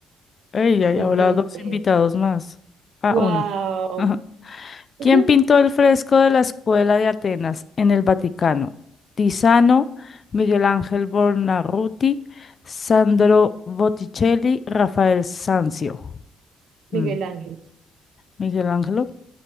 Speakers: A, on the left; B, on the right.
A: Ey, hay
B: Siguiente.
A: ahora dos invitados más. Ah,
B: Wow.
A: uno. Ajá. ¿Quién
B: <laughs>
A: pintó el fresco de la Escuela de Atenas en el Vaticano? Tiziano, Miguel Ángel Buonarroti, Sandro Botticelli, Rafael Sanzio.
B: Miguel
A: Mm,
B: Ángel.
A: ¿Miguel Ángelo?